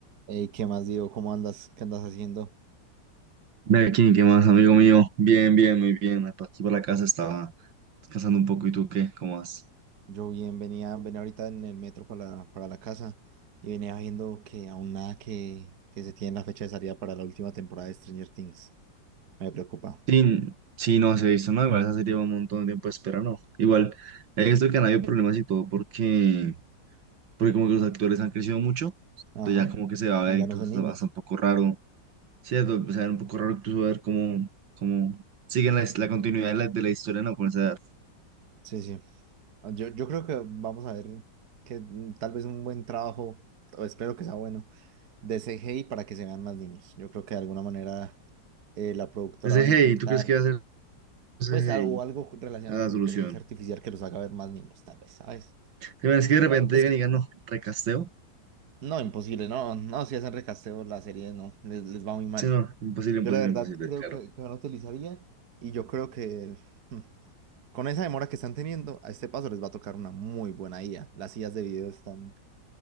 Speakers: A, on the right; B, on the right.
A: Ey, ¿qué más digo? ¿Cómo andas? ¿Qué andas haciendo?
B: Melkin, ¿qué más, amigo mío? Bien, bien, muy bien. Por Aquí por la casa estaba descansando un poco. ¿Y tú qué? ¿Cómo vas?
A: Yo bien, venía, venía ahorita en el metro para la, para la casa y venía viendo que aún nada que, que se tiene la fecha de salida para la última temporada de Stranger Things. Me preocupa.
B: Sí, sí, no se ha visto, ¿no? Igual esa serie lleva un montón de tiempo de espera, ¿no? Igual, he visto que han habido problemas y todo porque, porque como que los actores han crecido mucho.
A: Ajá,
B: Entonces ya como que se va a ver
A: ya
B: incluso
A: no son niños.
B: hasta, hasta un poco raro. cierto Pues, se va a ver un poco raro incluso ver cómo, cómo siguen la, la continuidad de la, de la historia, ¿no? Con esa edad.
A: Sí, sí. Ah, Yo, yo creo que vamos a ver que mm, tal vez un buen trabajo, o espero que sea bueno, de CGI para que se vean más niños. Yo creo que de alguna manera eh, la productora
B: Ese
A: va a
B: hey,
A: intentar,
B: ¿tú crees que va a ser ese
A: pues, algo,
B: hey?
A: algo relacionado
B: La
A: con
B: solución.
A: inteligencia artificial que los haga ver más niños, tal vez, ¿sabes?
B: Pero Es que de
A: Bueno,
B: repente
A: Es
B: llegan
A: que,
B: y digan, no, recasteo.
A: no, imposible, no, no, si hacen recasteo la serie, no, les, les va muy mal.
B: Sí, no, imposible, imposible,
A: Yo la verdad
B: imposible,
A: creo
B: claro.
A: que, que no la utilizaría y yo creo que hmm, con esa demora que están teniendo, a este paso les va a tocar una muy buena IA. Las IAs de video están,